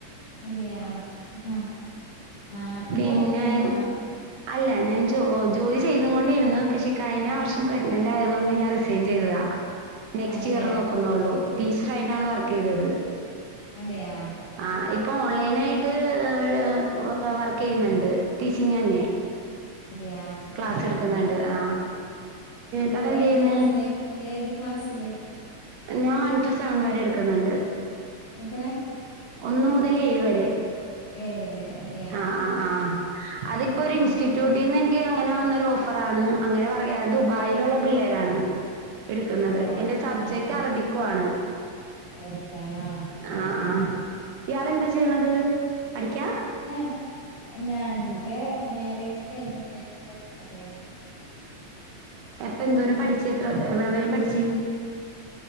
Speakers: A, on the left (about 55°); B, on the right (about 75°).
A: അതെയ ആഹ് ആഹ് നീ
B: പിന്നെ
A: പഠിക്കയാണോ
B: അല്ല ഞാൻ ജോ ജോലി ചെയ്തുകൊണ്ടിരുന്നു പക്ഷെ കഴിഞ്ഞ വർഷം പ്രഗ്നന്റ് ആയതുകൊണ്ട് ഞാൻ റിസൈൻ ചെയ്തതാ നെക്സ്റ്റ്
A: അതെയാ
B: ഇയർ നോക്കുനോള്ളൂ ടീച്ചർ ആയിട്ടാണ് വർക്കെയ്തത്
A: അതെയാ
B: ആഹ് ഇപ്പൊ ഓൺലൈൻ ആയിട്ട് ഇപ്പോഴ് വർക്ക് ചെയ്യുന്നുണ്ട് ടീച്ചിങ് തന്നെ
A: അതെയ
B: ക്ലാസ്
A: ആഹ്
B: എടുക്കുന്നുണ്ട്
A: ആഹ്
B: ആ താൻ എന്ത്
A: ഏത്
B: ചെയ്യുന്നു
A: ക്ലാസ്സിലേ ഏത് ക്ലാസ്സില്
B: ഞാൻ വൺ ടു സെവൻ വരെ എടുക്കുന്നുണ്ട്
A: എത്ര
B: ഒന്ന് മുതൽ ഏഴ്‌ വരെ
A: ഏഴു പേര് അതെയാ
B: ആഹ് ആഹ് അതിപ്പോ ഒരു ഇൻസ്റ്റിറ്റ്യൂട്ടിന്ന്
A: ആഹ്
B: എൻ ക്ക് അങ്ങനെ വന്നൊരു ഓഫറാണ് അങ്ങനെ പറയ ദുബായിലുള്ള പിള്ളേരാണ് എടുക്കുന്നത്
A: അതെയാ
B: എന്റെ സബ്ജക്ട്
A: ആഹ് ആഹ്
B: അറബിക്കും ആണ്
A: അറബിക്കാണോ
B: ആ
A: ആഹ്
B: ആ
A: ആഹ്
B: ഇയാൾ എന്താ ചെയ്യണത് പഠിക്കാ
A: ഞാൻ ഞാൻ എന്റെ മാരേജ് കഴിഞ്ഞപ്പോഴേക്കും പഠിക്കാൻ കഴിഞ്ഞു
B: അപ്പൊ എന്തോരം പഠിച്ചു എത്ര എവിടം വരെ പഠിച്ച്